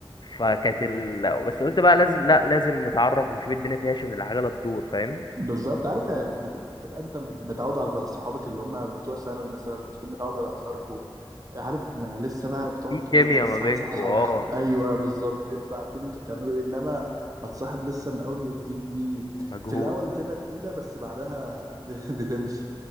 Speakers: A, on the left; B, on the right.
A: فكانت ال... بس قلت بقى لازم لا لازم نتعرف ونشوف الدنيا فيها عشان العجله تدور فاهم
B: بالظبط عارف هي بتبقى انت متعود على صحابك اللي هم بتوع ثانوي مثلا بتكون متعود على هزاركوا عارف ما لسه بقى بتقعد
A: في
B: تقول
A: كيمياء
B: انا لسه
A: ما بينكوا
B: هتصاحب على
A: اه
B: حد ايوه بالظبط انتوا عارفين انتوا بتعملوا ايه انما هتصاحب لسه من اول وجديد دي
A: مجهود
B: في الاول بتبقى تقيله بس بعدها <laughs> ب- بتمشي